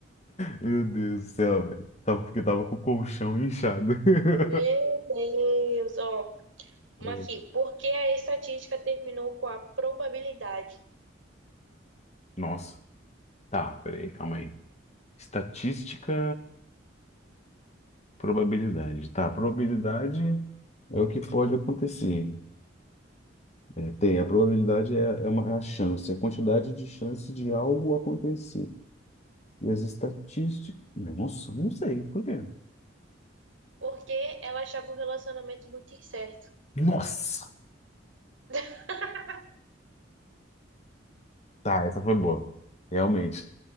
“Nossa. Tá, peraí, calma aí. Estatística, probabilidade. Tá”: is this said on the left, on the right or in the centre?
Left